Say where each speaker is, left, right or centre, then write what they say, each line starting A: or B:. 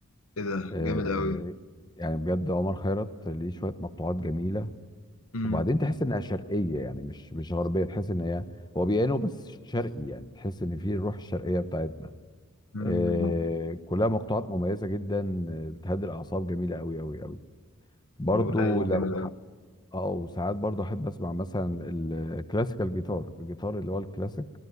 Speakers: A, on the left; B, on the left.
A: إيه ده
B: آه
A: جامد أوي
B: يعني بجد عمر خيرت ليه شويه مقطوعات جميله
A: أمم
B: وبعدين تحس انها شرقيه يعني مش مش غربيه تحس ان هي هو بيانو بس شرقي يعني تحس ان فيه الروح الشرقيه بتاعتنا
A: أمم
B: آه كلها مقطوعات مميزه جدا آه، بتهدي الاعصاب جميله قوي قوي قوي برضو
A: والله
B: لو
A: جامد أوي
B: او ساعات برضه احب اسمع مثلا الكلاسيكال جيتار الجيتار اللي هو الكلاسيك